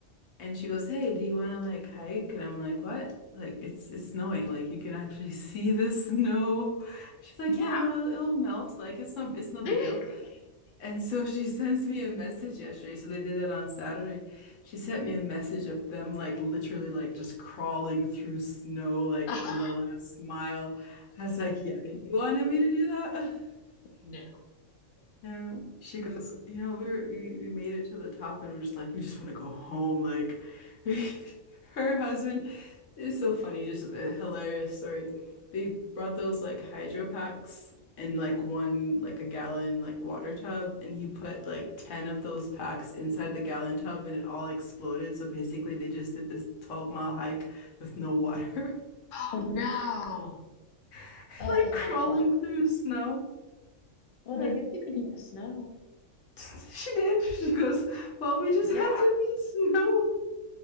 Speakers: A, on the left; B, on the left.
A: and she goes, "Hey, do you want to like hike?" And I'm like, "What?" Like it's it's snowing. Like you can actually <laughs> see the snow. She's like,
B: yeah,
A: "Yeah, no, it'll melt. Like it's no it's no big
B: <laughs>
A: deal." And so she <laughs> sends me a message yesterday. So they did it on Saturday. She sent me a message of them like literally like just crawling through snow like
B: Oh,
A: in the last mile. I was like, yeah, and you wanted me to do that? <laughs>
B: no.
A: Yeah. She goes, you know, we were, we we made it to the top and we're just like, we just want to go home. Like <laughs> her husband is so funny, just a hilarious story. They brought those like hydro packs in like one like a gallon like water tub and he put like 10 of those packs inside the gallon tub and it all exploded. So basically they just did this 12 mile hike with no water,
B: Oh no.
A: <laughs>
B: Oh,
A: like
B: that's
A: crawling
B: awful.
A: through snow.
B: Well,
A: But
B: I guess you could eat the snow.
A: <laughs> She did. She goes, Well, we just
B: Yeah,
A: had to eat snow.